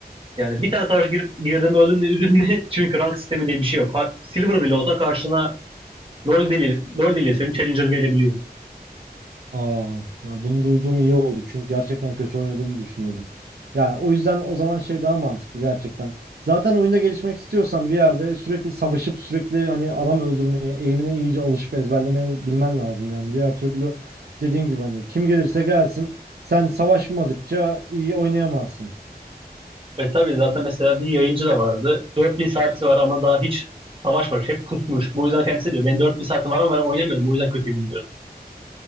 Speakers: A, on the right; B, on the right.
A: yani bir tane savaş girip girdim öldüm de üzülme. <laughs> Çünkü rank sistemi diye bir şey yok. Ha- Silver bile olsa karşına LoL deli, LoL deli senin Challenger gelebiliyor.
B: Aa, ya bunu duyduğum iyi oldu çünkü gerçekten kötü oynadığımı düşünüyordum. Yani o yüzden o zaman şey daha mantıklı gerçekten. Zaten oyunda gelişmek istiyorsan bir yerde sürekli savaşıp sürekli hani adam öldürmeye, eğimine iyice alışıp ezberlemeye bilmen lazım yani. Diğer türlü dediğin gibi hani kim gelirse gelsin sen savaşmadıkça iyi oynayamazsın.
A: Ve tabii zaten mesela bir yayıncı da vardı. 4000 saati var ama daha hiç savaşmamış. Hep pusmuş. Bu yüzden kendisi diyor. Benim 4000 saatim var ama ben oynamıyorum. Bu yüzden kötüyüm diyordu.